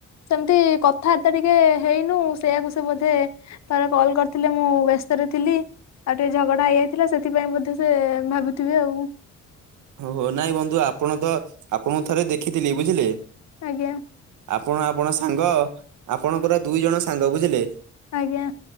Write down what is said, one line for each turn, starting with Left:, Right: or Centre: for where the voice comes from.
Left: ସେମିତି କଥାବାର୍ତ୍ତା ଟିକେ ହେଇନୁ ସେଇୟାକୁ ସେ ବୋଧେ ଥରେ କଲ କରିଥିଲେ। ମୁଁ ବ୍ୟସ୍ତରେ ଥିଲି। ଆଉ ଟିକେ ଝଗଡ଼ା ହେଇଯାଇଥିଲା। ସେଥିପାଇଁ ବୋଧେ ସେ ଭାବୁଥିବେ ଆଉ
Right: ଓହୋ। ନାଇଁ ବନ୍ଧୁ ଆପଣ ତ ଆପଣଙ୍କୁ ଥରେ ଦେଖିଥିଲି ବୁଝିଲେ?
Left: ଆଜ୍ଞା।
Right: ଆପଣ ଆପଣ ସାଙ୍ଗ। ଆପଣଙ୍କର ଦୁଇ ଜଣ ସାଙ୍ଗ ବୁଝିଲେ?
Left: ଆଜ୍ଞା।